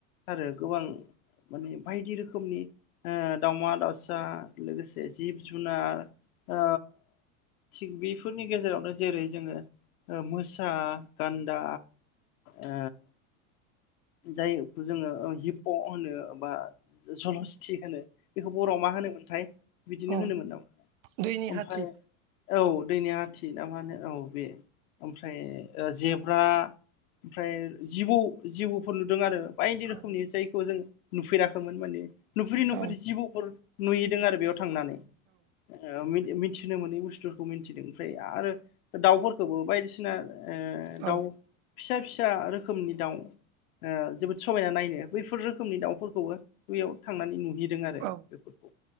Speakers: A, on the left; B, on the right.
A: आरो गोबां माने बायदि रोखोमनि ओ दाउमा दाउसा लोगोसे जिब जुनार ओ थिग बेफोरनि गेजेरावनो जेरै जोङो मोसा गान्दा ओ। जायखौ जोङो हिपप' होनो बा जलस्थि होनो बेखौ बर'आव मा होनोमोनथाय बिदिनो
B: औ
A: होनोमोनदां
B: दैनि
A: ओमफाय
B: हाथि
A: औ। दैनि हाथिना मा होनो औ बे ओमफ्राय ओ जेब्रा ओमफ्राय जिबौ जिबौ नुदों आरो बायदि रोखोमनि
B: औ
A: जायखौ जों नुफेराखैमोन माने नुफेरै
B: औ
A: नुफेरै जिबौफोर नुयैदों आरो बेयाव थांनानै ओ मिथिनो मोनै बुस्थुफोरखौ मिथिदों ओमफ्राय आरो दाउफोरखौबो बायदिसिना ओ
B: औ
A: दाउ फिसा फिसा रोखोमनि दाउ ओ जोबोद समायना नायनो बैफोर रोखोमनि दाउफोरखौबो बैयाव थांनानै नुहैदों आरो
B: औ
A: बेफोरखौ